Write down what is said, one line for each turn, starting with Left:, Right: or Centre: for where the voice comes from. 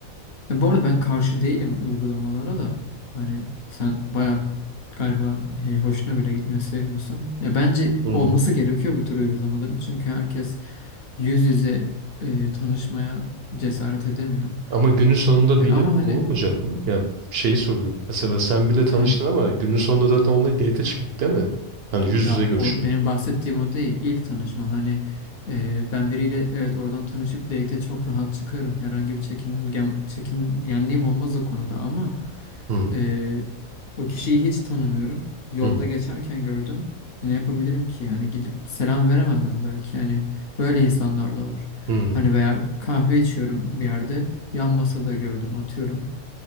Left: E, bu arada ben karşı değilim uygulamalara da. Hani sen bayağı galiba e, hoşuna bile gitmiyor, sevmiyorsan. Ya bence
Right: Hı hı.
Left: olması gerekiyor bu tür uygulamaların. Çünkü herkes yüz yüze e, tanışmaya cesaret edemiyor.
Right: Ama günün sonunda
Left: E,
Right: da yine
Left: ama hani
Right: bu olmayacak mı? Ya şeyi soruyorum. Mesela sen bile tanıştın
Left: hani
Right: ama günün sonunda zaten olay date çıkmak değil mi? Hani yüz
Left: Ya
Right: yüze görüşmek.
Left: o benim bahsettiğim o değil. İlk tanışma hani e, ben biriyle evet oradan tanışıp date'e çok rahat çıkarım. Herhangi bir çekingen, çekingenliğim olmaz o konuda ama
Right: Hı,
Left: e, o kişiyi hiç tanımıyorum. Yolda
Right: hı,
Left: geçerken gördüm. Ne yapabilirim ki? Hani gidip selam veremem ben belki. Hani böyle insanlar da var.
Right: hı.
Left: Hani veya kahve içiyorum bir yerde. Yan masada gördüm atıyorum.